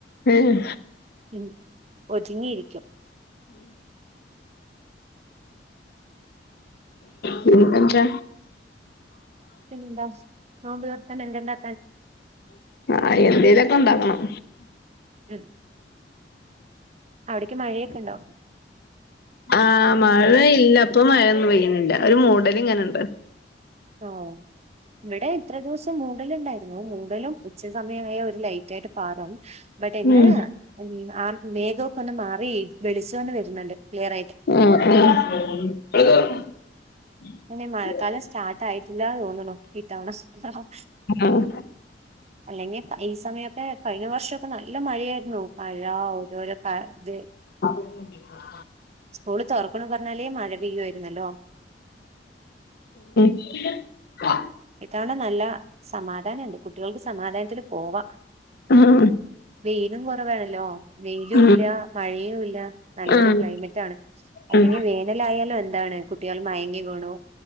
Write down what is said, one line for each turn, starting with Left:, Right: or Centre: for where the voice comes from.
Left: ഏഹ്
Right: ഉം ഒതുങ്ങിയിരിക്കും
Left: പിന്നെന്താ
Right: പിന്നെന്താ നോമ്പ് തുറക്കാൻ എന്ത് ഉണ്ടാ
Left: ആ എന്തേലൊക്കെ ഉണ്ടാക്കണം
Right: ഉം അവിടക്ക് മഴയൊക്കെ ഉണ്ടോ
Left: ആഹ് മഴ ഇല്ല ഇപ്പൊ മഴയൊന്നും പെയ്യുന്നില്ല ഒരു മൂടല്ഇങ്ങനെ ഉണ്ട്
Right: ഓ ഇവിടെ ഇത്ര ദിവസം മൂടൽ ഉണ്ടായിരുന്നു ഉച്ച സമയമായ ഒരു ലൈറ്റായിട്ട് പാടും ബട്ട് ഇന്ന്
Left: ഉം
Right: ആ മേഘം ഒക്കെന്ന് മാറി വെളിച്ചം ഒന്ന് വരുന്നുണ്ട് ക്ലിയർ ആയിട്ട്
Left: ആഹ് ആഹ് <unintelligible>
Right: പിന്നെ മഴക്കാലം സ്റ്റാർട്ട് ആയിട്ടില്ല എന്ന് തോന്നുന്നു ഇത്തവണ ഹ ഹ
Left: ആഹ്
Right: അല്ലെങ്കിൽ ഈ സമയത്ത് കഴിഞ്ഞ വർഷൊക്കെ നല്ല മഴയായിരുന്നു മഴ ഓരോരോ കാ ഇത്
Left: <inaudible>
Right: സ്കൂള് തുറക്കണു പറഞ്ഞാല് മഴ പെയ്യാ യിരുന്നല്ലോ
Left: ആഹ്
Right: <unintelligible> നല്ല സമാധാ ദാനുണ്ട് കുട്ടികൾക്ക് സമാദാനത്തിൽ പോവാ
Left: ആഹ്
Right: വെയിലും കുറവാണല്ലോ വെയിലും
Left: ഉം
Right: ഇല്ല മഴയും ഇല്ല നല്ലൊരു
Left: ആഹ്
Right: ക്ലൈമറ്റ് ആണ് അല്ലെങ്കിൽ
Left: ഉം
Right: വേനലായാലും അതാണ് കുട്ടികൾ മയങ്ങി വീണു